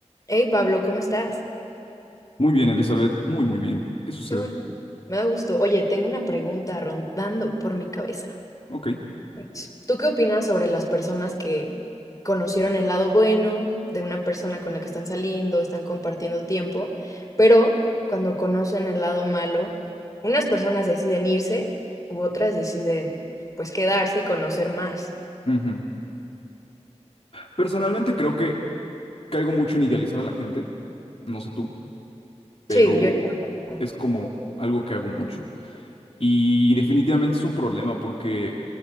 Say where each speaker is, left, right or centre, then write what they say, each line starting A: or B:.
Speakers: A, on the left (about 30°); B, on the left (about 55°).
A: Hey Pablo, ¿cómo estás?
B: Muy bien, Elizabeth, muy, muy bien. ¿Qué sucede?
A: Qué bueno, me da gusto. Oye, tengo una pregunta rondando por mi cabeza.
B: Ok.
A: Es, ¿Tú qué opinas sobre las personas que conocieron el lado bueno de una persona con la que están saliendo, están compartiendo tiempo, pero cuando conocen el lado malo, unas personas deciden irse u otras deciden pues quedarse y conocer más?
B: Ujú. Personalmente creo que caigo mucho en idealizar a la gente, no sé tú, pero
A: Sí, yo igual. la verdad.
B: es como algo que hago mucho. Y definitivamente es un problema porque